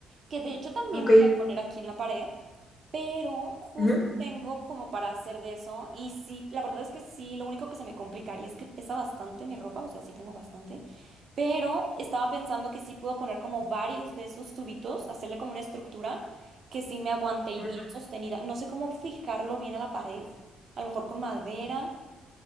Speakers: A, on the right; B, on the left.
A: Que de hecho también
B: Ok.
A: voy a poner aquí en la pared. pero justo
B: Ujú,
A: <laughs> tengo como para hacer de eso y sí, la verdad es que sí, lo único que se me complicaría es que pesa bastante mi ropa, o sea, sí tengo bastante, pero estaba pensando que sí puedo poner como varios de esos tubitos, hacerle como una estructura que sí me aguante y
B: ujú.
A: bien sostenida. No sé cómo fijarlo bien a la pared, a lo mejor con madera